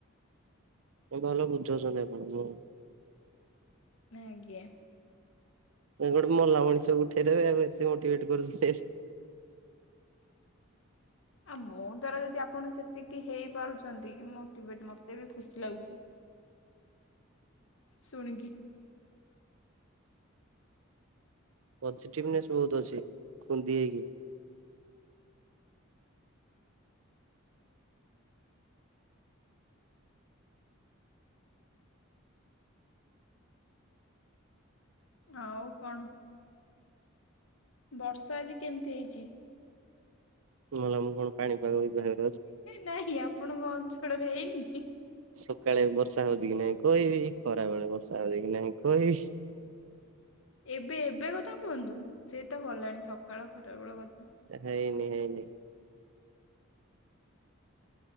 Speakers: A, on the right; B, on the left.
A: ହଉ ଭଲ ବୁଝଉଛନ୍ତି ଆପଣ ହଁ।
B: ଆଜ୍ଞା।
A: ଗୋଟେ ମଲା ମଣିଷକୁ ଉଠେଇଦେବେ ଆଉ ଏତେ ମୋଟିଭେଟ କରୁଛି ସେ।
B: ଆଉ ମୋ ଦ୍ୱାରା ଯଦି ଆପଣ ସେତିକି ହେଇପାରୁଛନ୍ତି ମୋଟିଭେଟ ମୋତେ ବି ଖୁସି ଲାଗୁଛି। ଶୁଣିକିି
A: ପଜିଟିଭନେସ ବହୁତ ଅଛି ଖୁନ୍ଦି ହେଇକି।
B: ଆଉ କଣ? ବର୍ଷା ଆଜି କେମିତି ହେଇଛି?
A: ମଲା ମୁଁ କଣ ପାଣିପାଗ ବିିଭାଗରେ
B: ନାହିଁ ଆପଣଙ୍କ ଅଞ୍ଚଳରେ ହେଇନି।
A: ସକାଳେ ବର୍ଷା ହଉଛି କି ନାହିଁ କହିବି ଖରାବେଳେ ବର୍ଷା ହଉଛି କି ନାହିଁ କହିବି?
B: ଏବେ ଏବେ କଥା କୁହନ୍ତୁ ସେ ତ ଗଲାଣି ସକାଳ ଖରାବେଳ କଥା।
A: ନା ହେଇନି ହେଇନି।